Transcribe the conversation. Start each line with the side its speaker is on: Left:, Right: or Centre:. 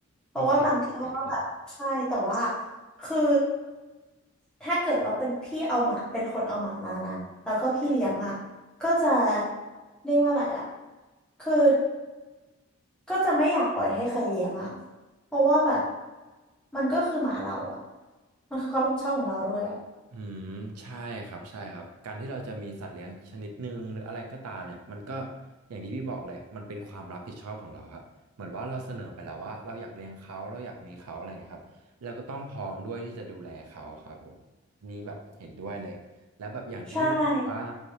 Centre: เพราะว่าบางทีเพราะว่าแบบใช่แต่ว่า
Right: โอเคเก็ตเลย
Centre: คือถ้าเกิดว่าเป็นพี่เอาหมาเป็นคนเอาหมามานะแล้วก็พี่เลี้ยงอ่ะก็จะเรียกว่าอะไรอ่ะคือก็จะไม่อยากปล่อยให้ใครเลี้ยงอ่ะเพราะว่าแบบมันก็คือหมาเราอ่ะมันคือความรับผิดชอบของเราด้วยอ่ะ
Right: อืมใช่ครับใช่ครับการที่เราจะมีสัตว์เลี้ยงชนิดหนึ่งหรืออะไรก็ตามเนี่ยมันก็อย่างที่พี่บอกเลยมันเป็นความรับผิดชอบของเราครับเหมือนว่าเราเสนอไปแล้วว่าเราอยากเลี้ยงเขาเราอยากมีเขาอะไรเงี้ยครับเราก็ต้องพร้อมด้วยที่จะดูแลเขาครับผมอันนี้แบบเห็นด้วยเลยแล้วแบบอย่างที่พี่บอกว่า
Centre: ใช่